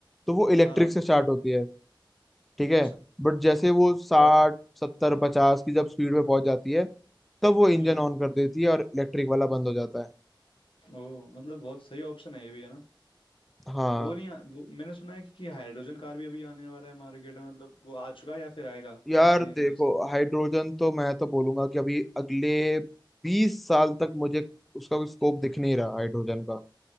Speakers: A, in the centre; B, on the left.
A: तो वो इलेक्ट्रिक
B: हाँ
A: से स्टार्ट होती है ठीक है
B: अच्छा
A: बट जैसे वो साठ
B: और
A: सत्तर पचास की जब स्पीड पे पहुंच जाती है तब वो इंजन
B: हम्म
A: ऑन कर देती है और इलेक्ट्रिक वाला बंद हो जाता है
B: ओ मतलब बहुत सही ऑप्शन है ये भी है ना
A: हाँ
B: वो नहीं आ, वो मैंने सुना है कि हाइड्रोजन कार भी अभी आने वाला है मार्केट में मतलब वो आ चुका है या फिर आएगा
A: यार
B: क्या सीजन
A: देखो
B: है उसका
A: हाइड्रोजन तो मैं तो बोलूंगा कि अभी अगले बीस साल तक मुझे उसका कोई स्कोप दिख नहीं रहा हाइड्रोजन का